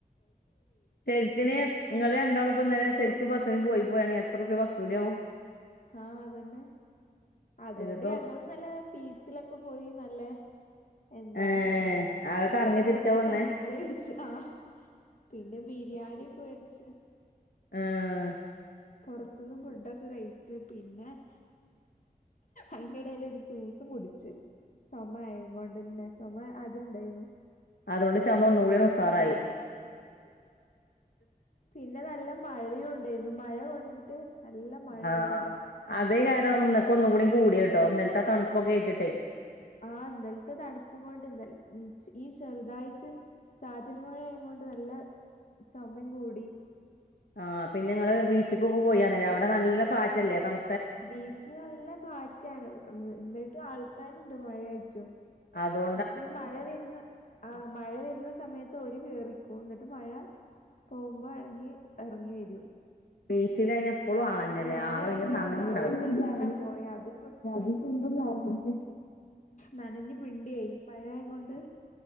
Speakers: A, on the left; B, on the left.
A: ശരിക്ക <unintelligible> ന് നിങ്ങളെ രണ്ടാളുംപോ ഇന്നലെ ശരിക്ക് പറ - പോയി പോരാണെങ്കിൽ എത്ര റുപ്പിയ ബസ്സ് കൂലിയാവും.
B: ആഹ് അതെന്നെ അതുകൊണ്ട്
A: ഇതിപ്പോ
B: ഞങ്ങള് ഇന്നലെ ബീച്ചിലൊക്കെ പോയി നല്ലെ - എന്താ
A: ഏഹ് ആകെ
B: അവിടുന്ന്
A: കറങ്ങി തിരിച്ചാ
B: കൊറേ
A: വന്നേ
B: സാധനങ്ങൾ വേടിച്ച് ആഹ് പിന്നെ ബിരിയാണി ഒക്കെ വേടിച്
A: ആഹ്
B: പൊറത്തുന്ന് ഫുഡൊക്കെ കഴിച്ചു പിന്നെ- അതിന്റയിടെല് ഒരു ജ്യൂസും കുടിച്ചു ചൊമ ആയ കൊണ്ട്ന്നെ ചൊമ ആദ്യ ഉണ്ടായിരുന്നു.
A: അതുകൊണ്ട് ചൊമ ഒന്ന്കൂടിയാണ് ഉസാറായി.
B: പിന്നെ നല്ല മഴയും ഉണ്ടായിരുന്നു മഴ കൊണ്ടിട്ട് നല്ല മഴ
A: ആഹ് ആഹ് അ
B: ഉണ്ടായിരുന്നു
A: - അത് ഞാൻ ഒന്ന്ക് ഒന്നുകൂടി കൂടി ട്ടോ ഇന്നലത്തെ തണുപ്പ്ക്കെ ഏറ്റിട്ടേ.
B: ആ ഇന്നലത്തെ തണുപ്പും കൊണ്ട് ഈ ചെറുതായിട്ട് ചാറ്റൽമഴ ആയ- ണ്ട് നല്ല ചുമയും കൂടി
A: ആഹ പിനിങ്ങള്
B: എന്നിട്ട്
A: ബീച്ച്ക്ക് പോയറയ അവടെ ന്നല്ലകാറ്റല്ലേ തൺ
B: ബീച്ചില് നല്ല കാറ്റാണ് വ് എന്ന്ട്ടും ആൾക്കാര്ണ്ട് മഴയായ്റ്റും
A: അതോ
B: അപ്പീ മഴ വെരുന്ന് ആ മഴ വെരുന്ന സമയത്ത് ഓര് കേറിക്കും എന്നിട്ട് മഴ. പോവുമ്പോ വെണെങ്കി എറങ്ങി വരും.
A: ബീച്ചില് അയ്ന് എപ്പളും ആളെന്നെല്ലേ
B: ഞാനാണെങ്കിൽ
A: ആളൊയ്ഞ്ഞ സമയം
B: ഒരു ഗൗൺ
A: ഇണ്ടാവുല്ല
B: ഇട്ടിട്ടാ പോയ അത്
A: <unintelligible> സെൽഫി
B: നനഞ് പിണ്ടിയായി മഴയായ്കൊണ്ട്